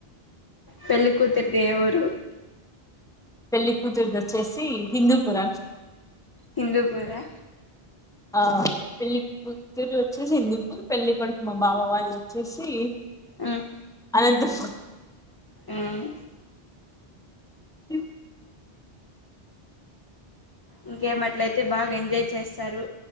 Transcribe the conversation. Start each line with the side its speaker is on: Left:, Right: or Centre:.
Left: పెళ్లి కూతుర్ది ఏయ్ ఊరు
Centre: పెళ్లి కూతురుది వచ్చేసి హిందూపుర
Left: హిందూపూరా
Centre: ఆ పళ్లిపుతురు వచ్చిన హిందూపూర్ పెళ్ళ కొడుకు మా బావ వాళ్ళు వచ్చేసి
Left: మ్మ్
Centre: అనంతపూర్
Left: ఉమ్
Centre: ఇ
Left: ఇంకేమట్లయితే బాగా ఎంజాయ్ చేస్తారు